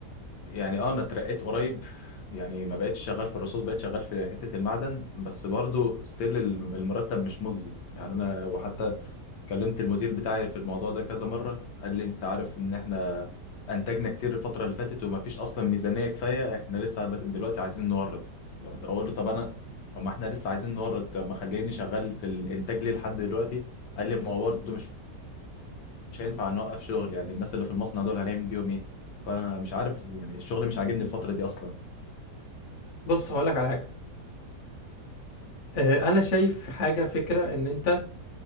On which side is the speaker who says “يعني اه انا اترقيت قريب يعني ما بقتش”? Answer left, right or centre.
Left